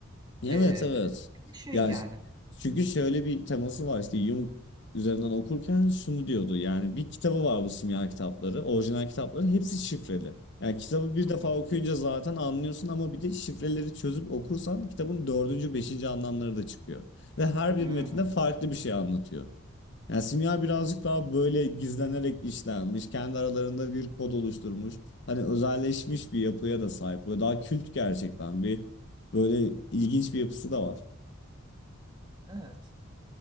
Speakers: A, on the left (about 55°); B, on the right (about 20°).
A: Evet
B: Ee,
A: evet.
B: bir şey
A: Yani
B: yani.
A: çünkü şöyle bir teması var işte Jung üzerinden okurken şunu diyordu. Yani bir kitabı var bu simya kitapları, orijinal kitapları hepsi şifreli. Yani kitabı bir
B: Hı
A: defa
B: hı.
A: okuyunca zaten anlıyorsun ama bir de şifreleri çözüp okursan kitabın dördüncü, beşinci anlamları da çıkıyor. Ve her
B: Hmm.
A: bir metinde farklı bir şey anlatıyor. Yani simya birazcık daha böyle gizlenerek işlenmiş, kendi aralarında bir kod oluşturmuş, hani özelleşmiş bir yapıya da sahip. Böyle daha kült gerçekten bir böyle ilginç bir yapısı da var.
B: Evet.